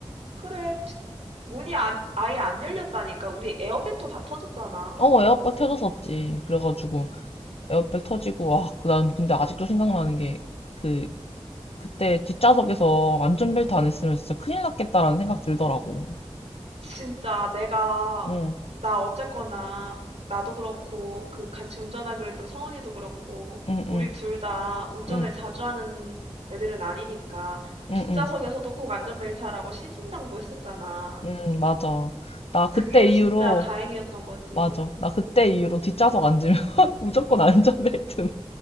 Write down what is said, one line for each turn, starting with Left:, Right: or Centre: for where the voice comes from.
Right: 그래, 티- 문이 안, 아예 안 열렸다니까. 우리 에어백도 다 터졌잖아.
Left: 어 에어백 터졌었지 그래가지고 에어백 터지고 아난 근데 아직도 생각나는 게 그 그때 뒷좌석에서 안전벨트 안 했으면 진짜 큰일 났겠다라는 생각 들더라고
Right: 진짜 내가,
Left: 응
Right: 나 어쨌거나, 나도 그렇고, 그 같이 운전하기로 했던 성은이도 그렇고,
Left: 응
Right: 우리
Left: 응
Right: 둘 다 운전을
Left: 응
Right: 자주 하는 애들은 아니니까,
Left: 응
Right: 뒷좌석에서도
Left: 응
Right: 꼭 안전벨트 하라고 신신당부했었잖아.
Left: 응 맞아 나
Right: 그게
Left: 그때
Right: 진짜
Left: 이후로
Right: 다행이었던 거지.
Left: 맞아 나 그때 이후로 뒷좌석 앉으면 <laughs> 무조건 안전벨트네